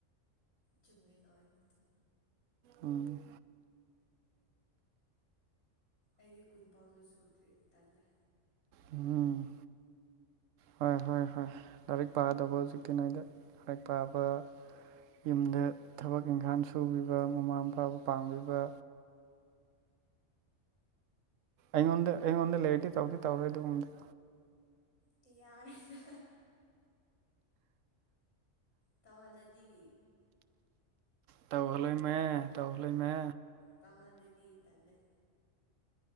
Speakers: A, on the left (about 65°); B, on the right (about 75°).
A: ꯆꯨꯝꯒꯦ ꯇꯧꯋꯦꯅꯦ ꯇꯨ
B: ꯎꯝ
A: ꯑꯩꯗꯤ ꯀꯨꯟ ꯐꯥꯎꯖꯨ ꯁꯨꯗ꯭ꯔꯤ ꯇꯜꯂꯦ
B: ꯎꯝ ꯍꯣꯏ ꯍꯣꯏ ꯍꯣꯏ ꯂꯥꯔꯤꯛ ꯄꯥꯒꯗꯧꯕ ꯍꯧꯖꯤꯛꯇꯤ ꯅꯣꯏꯗꯤ ꯂꯥꯏꯛ ꯄꯥꯕ ꯌꯨꯝꯗ ꯊꯕꯛ ꯏꯪꯈꯥꯡ ꯁꯨꯕꯤꯕ ꯃꯃꯥ ꯃꯄꯥꯕꯨ ꯄꯥꯡꯕꯤꯕ ꯑꯩꯉꯣꯟꯗ ꯑꯩꯉꯣꯟꯗ ꯂꯩꯔꯗꯤ ꯇꯧꯗꯤ ꯇꯧꯔꯣꯏ ꯑꯗꯨꯒꯨꯝꯕꯗꯣ
A: ꯀꯩꯌꯥꯔꯦꯗ ꯇꯧꯍꯜꯂꯗꯤ
B: ꯇꯧꯍꯜꯂꯣꯏꯃꯦ ꯇꯧꯍꯜꯂꯣꯏꯃꯦ
A: ꯇꯥꯍꯜꯂꯗꯤ ꯇꯜꯂꯦ